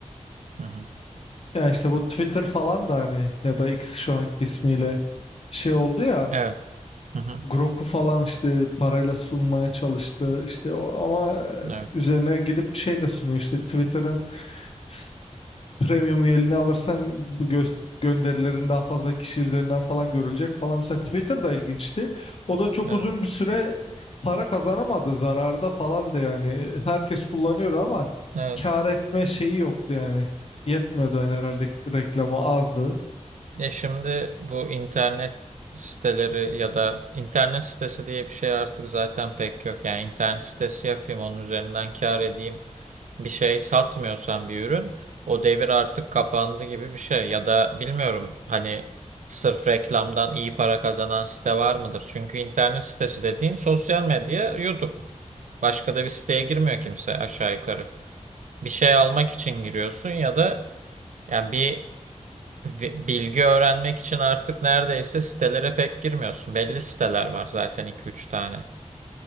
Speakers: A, on the right; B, on the left.
A: Hı hı.
B: Ya işte bu Twitter falan da hani ya da X şu anki ismiyle şey oldu ya.
A: Evet. Hı hı.
B: Grok'u falan işte parayla sunmaya çalıştı işte o, ama
A: Evet.
B: üzerine gidip şey de sunuyor işte Twitter'ın s- premium üyeliğini alırsan bu gö- gönderilerin daha fazla kişi üzerinden falan görülecek falan mesela Twitter da ilginçti o da çok
A: Evet.
B: uzun bir süre para kazanamadı zararda falan da yani herkes kullanıyordu ama
A: Evet.
B: kar etme şeyi yoktu yani yetmiyordu yani herhalde reklamı azdı.
A: Ya şimdi bu internet siteleri ya da internet sitesi diye bir şey artık zaten pek yok. Yani internet sitesi yapayım onun üzerinden kâr edeyim. Bir şey satmıyorsan bir ürün o devir artık kapandı gibi bir şey. Ya da bilmiyorum hani sırf reklamdan iyi para kazanan site var mıdır? Çünkü internet sitesi dediğin sosyal medya, YouTube. Başka da bir siteye girmiyor kimse aşağı yukarı. Bir şey almak için giriyorsun ya da yani bir ve bilgi öğrenmek için artık neredeyse sitelere pek girmiyorsun. Belli siteler var zaten iki üç tane.